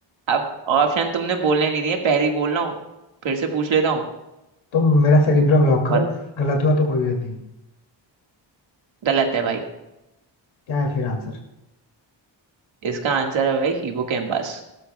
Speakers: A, on the right (about 80°); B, on the left (about 90°).
A: अब ऑप्शन तुमने बोलने नहीं दिए पहले ही बोल रहा हूँ फिर से पूछ लेता हूँ
B: तुम मेरा सेरिब्रम लॉक करो
A: बस
B: गलत हुआ तो कोई बात नहीं
A: गलत है भाई
B: क्या है फिर आंसर
A: इसका आंसर है भाई हिपोकैम्पस